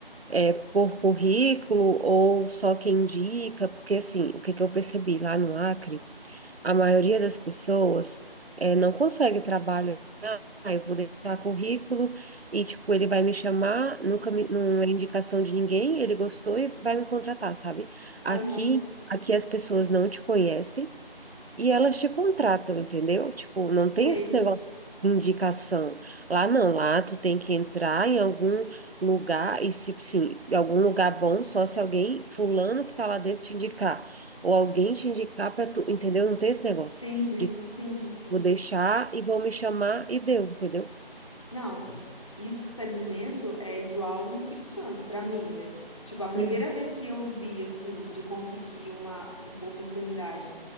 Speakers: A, on the right (about 80°); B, on the left (about 30°).
A: é, por currículo ou só quem indica? Porque assim, o que que eu percebi lá no Acre? A maioria das pessoas eh, não consegue trabalho. Ah, eu vou deixar currículo e, tipo, ele vai me chamar, nunca me, não é indicação de ninguém, ele gostou e vai me contratar, sabe?
B: aham,
A: Aqui, aqui as pessoas não te conhecem. E elas te contratam, entendeu? Tipo, não tem
B: sei,
A: esse negócio de indicação. Lá não, lá tu tem que entrar em algum lugar e se, sim, em algum lugar bom, só se alguém, fulano que tá lá dentro te indicar, ou alguém te indicar para tu, entendeu? Não tem esse negócio
B: entendi,
A: de
B: entendi.
A: vou deixar e vão me chamar e deu, entendeu?
B: Não, isso que você está dizendo é igual no Espírito Santo, para mim, né? Tipo, a primeira
A: Uhum.
B: vez que eu vi assim de conseguir uma, uma oportunidade